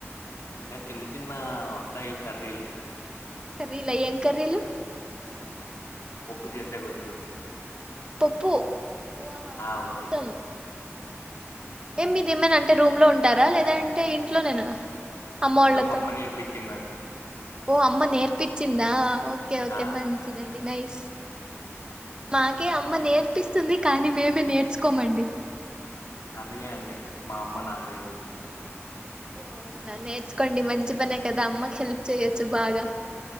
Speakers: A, on the left (about 75°); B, on the right (about 20°).
A: ఇంకా చిన్న చిన్న వస్తాయి కర్రీలు
B: కర్రిల ఏం కర్రీలు
A: పొప్పు చేసేకోచ్చు
B: పొప్పు వావ్
A: ఆ వచ్చు
B: రసం ఎమ్ మీదేమైనా అంటే రూమ్ లో ఉంటారా లేదంటే ఇంట్లోనేనా అమ్మోళ్ళతో
A: ఇంట్లో మమ్మ నేర్పించిందండి
B: ఓ అమ్మ నేర్పించిందా ఒక్ ఓకే ఓకే
A: ఆ
B: మంచిదండి నైస్ మాకే అమ్మ
A: అప్-
B: నేర్పిస్ స్తుంది కానీ మేమే నేర్చుకోమండి
A: అందుకే అండి మా అమ్మ నాకు నేర్పిస్తుంది
B: ఓ అవునా నేర్చుకోండి మంచి పనే కదా అమ్మకి హెల్ప్ చెయొచ్చు బాగా